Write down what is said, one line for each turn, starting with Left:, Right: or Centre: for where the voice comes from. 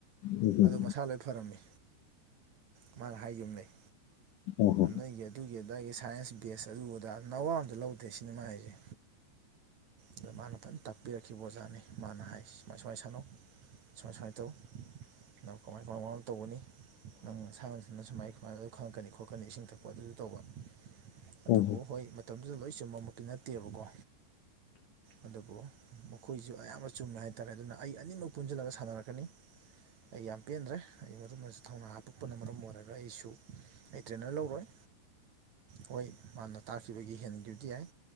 Left: ꯎꯝ
Right: ꯑꯗꯨ ꯃꯁꯥ ꯂꯣꯏ ꯐꯔꯝꯃꯤ ꯃꯥꯅ ꯍꯥꯏꯒꯤꯝ ꯂꯩ
Left: ꯑꯍꯥ
Right: ꯅ ꯅꯣꯏꯒꯤ ꯑꯗꯨꯒꯤ ꯑꯗꯥꯒꯤ ꯁꯥꯏꯟꯁ ꯕꯦꯁ ꯑꯗꯨ ꯑꯗꯥ ꯅꯋꯥ ꯑꯃꯇ ꯂꯧꯗꯦ ꯁꯤꯅꯦ ꯃꯥ ꯍꯥꯏꯁꯦ ꯑꯗ ꯃꯥꯅ ꯐꯖꯅ ꯇꯥꯛꯄꯤꯔꯛꯈꯤꯕ ꯑꯣꯖꯥꯅꯤ ꯃꯥꯅ ꯍꯥꯏ ꯁꯨꯃꯥꯏ ꯁꯨꯃꯥꯏ ꯁꯥꯟꯅꯧ ꯁꯨꯃꯥꯏ ꯁꯨꯃꯥꯏꯅ ꯇꯧ ꯅꯪ ꯀꯃꯥꯏ ꯀꯃꯥꯏ ꯋꯥꯝ ꯑꯞ ꯇꯧꯒꯅꯤ ꯅꯪ ꯉ ꯑꯗꯨꯅ ꯁꯨꯃꯥꯏ ꯁꯨꯃꯥꯏꯅ ꯑꯗꯨ ꯈꯪꯉꯛꯀꯅꯤ ꯈꯣꯠꯀꯅꯤ ꯏꯁꯤꯡ ꯊꯛꯄ ꯑꯗꯨꯁꯨ ꯇꯧꯕ
Left: ꯑꯍꯥ
Right: ꯑꯗꯨꯕꯨ ꯍꯣꯏ ꯃꯇꯝꯗꯨꯗ ꯂꯣꯏ ꯆꯨꯝꯕꯃꯛꯇꯤ ꯅꯠꯇꯦꯕꯀꯣ ꯑꯗꯨꯕꯨ ꯃꯈꯣꯏꯁꯨ ꯑꯌꯥꯝꯕ ꯆꯨꯝꯃꯦ ꯍꯥꯏꯇꯥꯔꯦ ꯑꯗꯨꯅ ꯑꯩ ꯑꯅꯤꯃꯛ ꯄꯨꯟꯁꯤꯜꯂꯒ ꯁꯥꯟꯅꯔꯛꯀꯅꯤ ꯑꯩ ꯌꯥꯝ ꯄꯦꯟꯗ꯭ꯔꯦ ꯑꯩ ꯃꯔꯨꯞꯅꯖꯨ ꯊꯧꯅꯥ ꯍꯥꯞꯄꯨ ꯄꯅ ꯃꯔꯝ ꯑꯣꯏꯔꯒ ꯑꯩꯁꯨ ꯑꯩ ꯇ꯭ꯔꯦꯅꯔ ꯂꯧꯔꯣꯏ ꯍꯣꯏ ꯃꯥꯅ ꯇꯥꯈꯤꯕꯒꯤ ꯍꯦꯟꯒꯤꯕꯗꯤ ꯌꯥꯏ